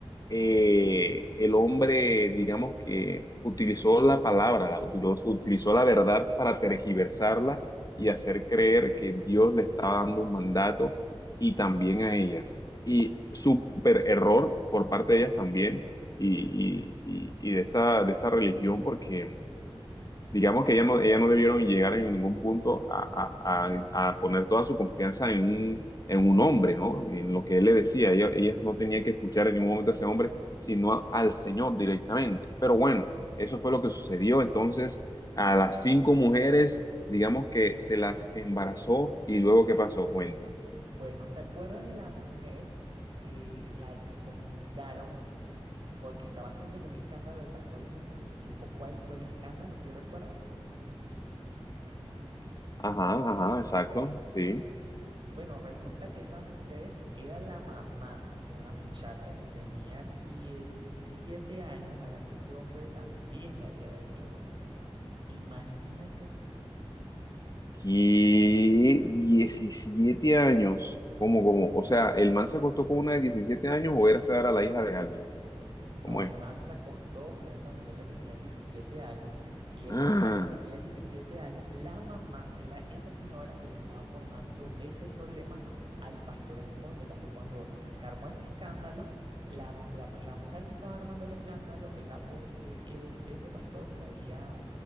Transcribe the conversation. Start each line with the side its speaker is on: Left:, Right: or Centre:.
Left: eh, el hombre, digamos que utilizó la palabra, la utilizó, utilizó la verdad para tergiversarla y hacer creer que Dios le estaba dando un mandato y también a ellas. Y súper error por parte de ellas también y, y- y- y de esta, de esta religión porque digamos que ella no, ella no debieron llegar en ningún punto a, a- a- a poner toda su confianza en un, en un hombre, ¿no? En lo que él le decía. Ella, ellas no tenían que escuchar en ningún momento a ese hombre, sino a- al Señor directamente. Pero bueno, eso fue lo que sucedió. Entonces, a las cinco mujeres, digamos que se las embarazó y luego, ¿qué pasó? Cuentan.
Right: Bueno, ¿te acuerdas de la mujer que la excomulgaron porque estaba haciéndole un escándalo al pastor y nunca se supo cuál fue el escándalo, si recuerdas?
Left: Ajá, ajá, exacto, sí.
Right: Bueno, resulta que esa mujer era la mamá de una muchacha que tenía 17 años a la que ese hombre también le había hecho lo mismo. Imagínate tú.
Left: ¿Qué? diecisiete años. ¿Cómo, cómo? O sea, ¿el man se acostó con una de 17 años o era esa era la hija de alguien?
Right: No,
Left: ¿Cómo
Right: el
Left: es?
Right: man se acostó con esa muchacha que tenía diecisiete años y esa
Left: Ah,
Right: muchacha que tenía 17 años, la mamá era esa señora que le estaba formando ese problema al pastor en ese momento. O sea que cuando se armó ese escándalo, la, la- la mujer que estaba armando el escándalo era porque él, ese pastor se había,